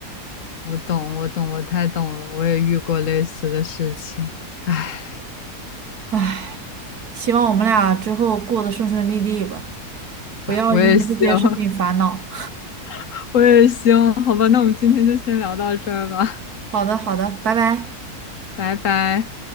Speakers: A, on the left (about 55°); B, on the right (about 70°).
A: <laughs> 我懂，我懂，我太懂了，我也遇过类似的事情。哎，
B: 唉，希望我们俩之后过得顺顺利利吧。不要因为这些事情烦恼。
A: 我也希望，<laughs> 我也希望，好吧，那我们今天就先聊到这儿吧，
B: 好的，好的，拜拜。
A: 拜拜。